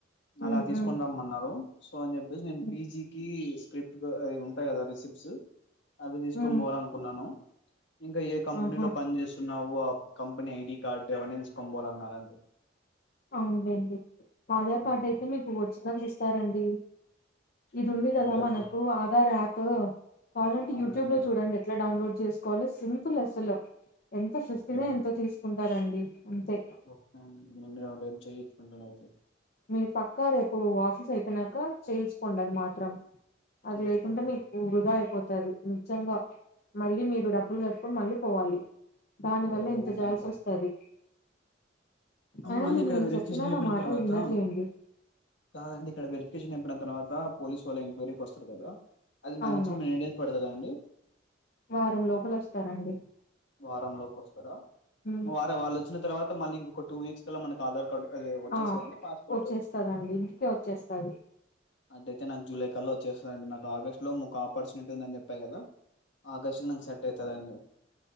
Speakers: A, on the left; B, on the left.
A: ఉమ్,
B: అలా తీసుకోని
A: ఉమ్,
B: రమ్మన్నారు సో అని చెప్పేసి నేను
A: ఉమ్,
B: పిజి కి స్క్రిప్ట్ అవి ఉంటాయి కదా రిసిప్ట్స్ అవి తీసుకొని
A: ఉమ్.
B: పోవాలి అనుకున్నాను ఇంకా ఏ కంపెనీలో
A: ఆహా
B: పని చేస్తున్నావొ ఆ కంపెనీ ఐడి కార్డు ఎవరిని తీసుకొనిపోవాలి అన్నారండి
A: అవునులేండి ఆధార్
B: ఉమ్,
A: కార్డ్ అయితే మీకు ఒరిజినల్స్ ఇస్తారండి ఇది
B: ఉమ్,
A: ఉంది కదా
B: అది రేపు
A: మనకు ఆధార్ యాపు కావాలంటే
B: అవునండి
A: యూట్యూబ్ లో చూడండి ఎట్లా డౌన్లోడ్ చేసుకోవాలి సింపుల్ అస్సలు ఎంత ఫీప్టనో
B: ఓకే అండి
A: ఎంతో తీసుకుంటారండి అంతే
B: ఓకే అండి నేను రేపు చేయించుకుంటాను అయితే
A: మీరు పక్కా రేపు ఆఫీస్ అయిపోయినాక చేయించుకోండి అది మాత్రం అది
B: చేయించుకుంటా
A: లేకుంటే మీకు వృధా అయిపోతది నిజంగా మళ్ళీ మీరు డబ్బులు కట్ మళ్ళీ పోవాలి దాని వల్ల
B: లేదండి
A: ఇంత చేయాల్సి
B: అంతా
A: వస్తది అయినా
B: మళ్ళీ
A: మీరు
B: ఇక్కడ
A: నేను
B: వెరిఫికేషన్
A: చెప్పినా
B: అయిపోయిన
A: నా మాటలు
B: తర్వాత
A: వినర్లేండి
B: కాదండి ఇక్కడ వెరిఫికేషన్ అయిపోయిన తర్వాత పోలీసు వాళ్ళు ఎంక్వైరీకి వస్తారు కదా అది మ్యాచ్మామ్
A: అవును
B: ఎన్ని డేస్ పడుతది అండి
A: వారం లోపల వస్తారండి
B: వారం లోపు వస్తారా
A: ఉమ్
B: వ వాళ్ళు వచ్చిన తర్వాత మళ్ళీ ఇంకొక టూ వీక్స్ కల్లా మనకి ఆధార్ కార్డ్ అదే వచ్చేస్తదండి
A: ఆ
B: పాస్పోర్ట్
A: వచ్చేస్తదండి ఇంటికే వచ్చేస్తది
B: అట్ట అయితే నాకు జూలై కల్ల వచ్చేస్తదండి నాకు ఆగస్టులో మా ఆపర్చునిటీ ఉందని చెప్పా కదా ఆకాష్ కి నాకు సెట్ అయితది అండి